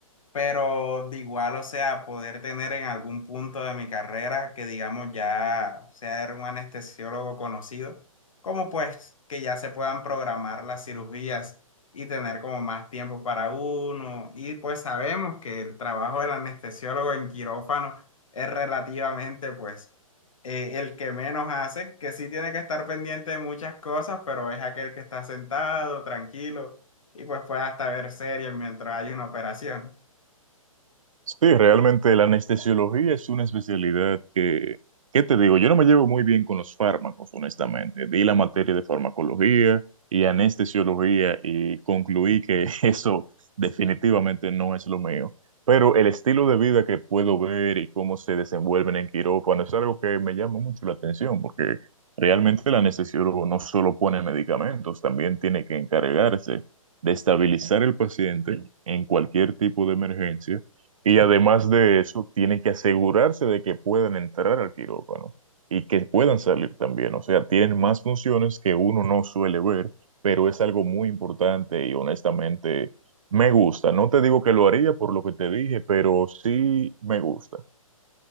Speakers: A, on the left; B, on the right.
A: pero de igual, o sea, poder tener en algún punto de mi carrera que digamos ya sea era un anestesiólogo conocido, como pues que ya se puedan programar las cirugías y tener como más tiempo para uno. Y pues sabemos que el trabajo del anestesiólogo en quirófano es relativamente pues eh, el que menos hace, que sí tiene que estar pendiente de muchas cosas, pero es aquel que está sentado, tranquilo. Y pues puede hasta ver series mientras hay una operación.
B: Sí, realmente la anestesiología es una especialidad que, ¿qué te digo? Yo no me llevo muy bien con los fármacos, honestamente. Di la materia de farmacología y anestesiología y concluí que <laughs> eso definitivamente no es lo mío. Pero el estilo de vida que puedo ver y cómo se desenvuelven en quirófano es algo que me llama mucho la atención, porque realmente el anestesiólogo no solo pone medicamentos, también tiene que encargarse de estabilizar el paciente en cualquier tipo de emergencia y además de eso, tiene que asegurarse de que puedan entrar al quirófano y que puedan salir también. O sea, tienen más funciones que uno no suele ver, pero es algo muy importante y honestamente me gusta. No te digo que lo haría por lo que te dije, pero sí me gusta.